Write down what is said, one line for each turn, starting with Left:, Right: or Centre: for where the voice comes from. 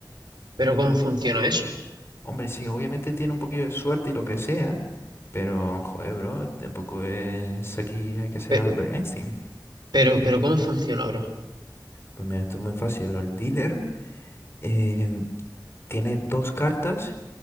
Right: Pero ¿cómo funciona eso?
Left: Hombre, sí, obviamente tiene un poquillo de suerte y lo que sea, pero joder, bro, tampoco es aquí hay que ser
Right: Pero,
Left: Albert Einstein.
Right: pero, pero ¿cómo funciona, bro?
Left: Pues mira, esto es muy fácil, bro. El dealer eh, tiene dos cartas